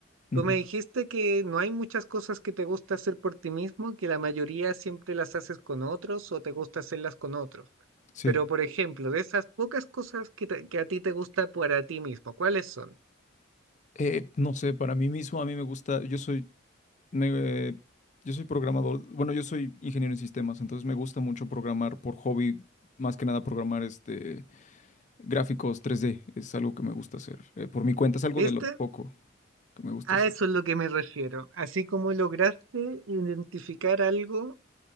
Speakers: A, on the left; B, on the right.
A: Ujú,
B: Tú me dijiste que no hay muchas cosas que te gusta hacer por ti mismo, que la mayoría siempre las haces con otros o te gusta hacerlas con otros.
A: Sí.
B: Pero, por ejemplo, de esas pocas cosas que, te- que a ti te gusta para ti mismo, ¿cuáles son?
A: Eh, no sé, para mí mismo, a mí me gusta, yo soy, me, eh, yo soy programador, bueno, yo soy ingeniero en sistemas, entonces me gusta mucho programar por hobby, más que nada programar este Gráficos tres d es algo que me gusta hacer. eh, por mi cuenta es algo
B: ¿Viste?
A: de lo poco que me gusta
B: A
A: hacer.
B: eso es lo que me refiero. Así como lograste identificar algo